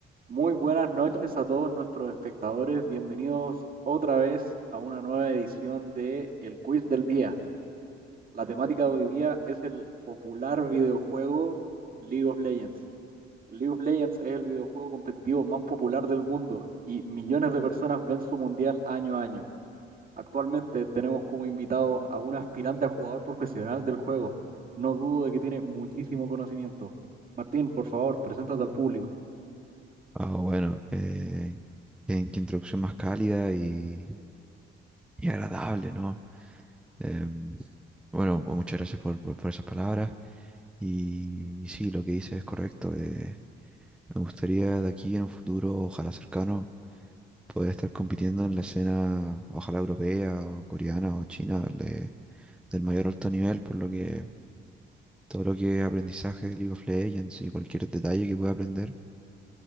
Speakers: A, on the right; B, in the centre.
A: Muy buenas noches a todos nuestros espectadores. Bienvenidos otra vez a una nueva edición de El Quiz del Día. La temática de hoy día es el popular videojuego League of Legends. League of Legends es el videojuego competitivo más popular del mundo y millones de personas ven su mundial año a año. Actualmente tenemos como invitado a un aspirante a jugador profesional del juego. No dudo de que tiene muchísimo conocimiento. Martín, por favor, preséntate al público.
B: Ah, bueno, eh, qué, qué introducción más cálida y, y agradable, ¿no? Em, bueno, mu- muchas gracias por, por- por esas palabras. Y, y sí, lo que dices es correcto. eh, me gustaría de aquí en un futuro, ojalá cercano, poder estar compitiendo en la escena, ojalá europea o coreana o china, de- del mayor alto nivel, por lo que todo lo que es aprendizaje de League of Legends y cualquier detalle que pueda aprender,